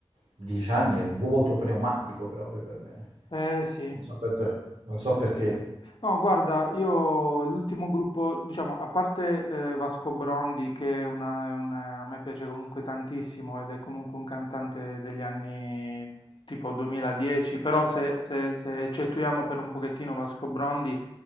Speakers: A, on the right; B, on the left.
A: dieci anni è il vuoto pneumatico proprio per me.
B: eh sì.
A: Non so per te. Non so
B: È
A: per
B: vero.
A: te.
B: No, guarda, io l'ultimo gruppo, diciamo, a parte eh, Vasco Brondi, che è una- è una- a me piace comunque tantissimo ed è comunque un cantante degli anni tipo 2010, però se, se, se eccettuiamo per un pochettino Vasco Brondi,